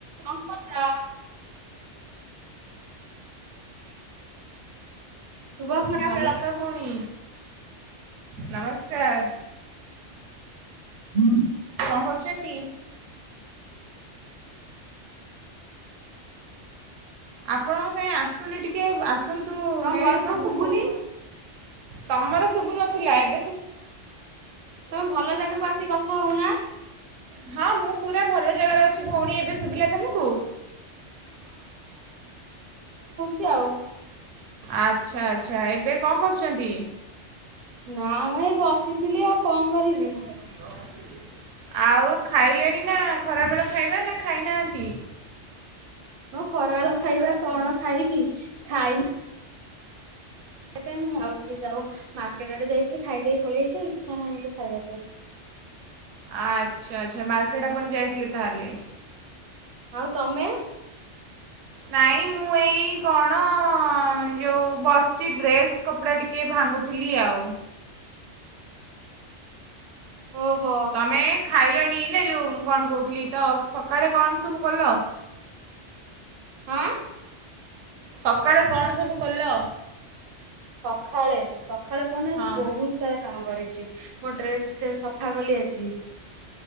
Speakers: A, on the right (about 60°); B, on the right (about 85°).
A: କନ୍ କରୁଚ? <inaudible> ବ ଖରା
B: ନମସ୍କାର
A: ଖଳା <unintelligible>
B: ଭଉଣୀ ନମସ୍କାର।
A: ହୁଁ।
B: କଣ କରୁଛନ୍ତି? ଆପଣଙ୍କ କାଇଁ ଆସୁନି ଟିକେ ଆସନ୍ତୁ। ତୁ
A: ତମ
B: ନେଟ୍
A: ଭଏସ
B: ପାଖକୁ
A: କଣ ଶୁଭୁନି?
B: ତମର ଶୁଭୁନ ଥିଲା <unintelligible>
A: ତମେ ଭଲ ଜାଗାକୁ ଆସିିକି କଥା ହଉନା।
B: ହଁ ମୁଁ ପୁରା ଭଲ ଜାଗାରେ ଅଛି ଭଉଣୀ ଏବେ ଶୁଭିଲା ତୁମକୁ।
A: ଚି ଆଉ।
B: ଆଚ୍ଛା ଆଚ୍ଛା ଏବେ କଣ କରୁଛନ୍ତି?
A: ନା ମ ଏଇ ବସିଥିଲି ଆଉ କନ୍ କରିବି?
B: <unintelligible> ଆଉ ଖାଇଲେଣି ଖରା ବେଳ ଖାଇବା ନା ଖାଇନାହାନ୍ତି?
A: ଖରାଅଳ ଖାଇବା କଣ ଖାଇବି ଖାଇନି। ଇ ମୁଁ ଆଉ ଟିକେ ଯାଉ ମାର୍କେଟ୍ ଆଡେ ଯାଇଥିଲି ଖାଇଦେଇ ପଳେଇ ଆଇଚି ଇଚ୍ଛା ନାହିଁ ଏବେ ଖାଇବାକୁ।
B: ଆଚ୍ଛା ଆଚ୍ଛା ମାର୍କେଟ୍ ଆପଣ ଯାଇଥିଲେ ତାହଲେ।
A: ଆଉ ତମେ?
B: ନାଇଁ ମୁଁ ଏଇ କଅଣ ଯୋଉ ବସିଛି ଡ୍ରେସ୍ କପଡ଼ା ଟିକିଏ ଭାଙ୍ଗୁଥିଲି ଆଉ।
A: ଓହୋ।
B: ତମେ ଖାଇଲେଣି ନା ଯେଉଁ ମୁଁ କଣ କହୁଥିଲି ତ ସକାଳେ କଣ ସବୁ କଲ?
A: ଆଁ?
B: ସକାଳେ କଣ ସବୁ କଲ?
A: ସଖାଳେ। ସଖାଳେ କୁହନା
B: ହଁ
A: ଆଜି ବହୁତ୍ ସାରା କାମ କରିଛି ମୋ ଡ୍ରେସ୍ ଫେସ୍ ସଫା କଲି ଆଜି।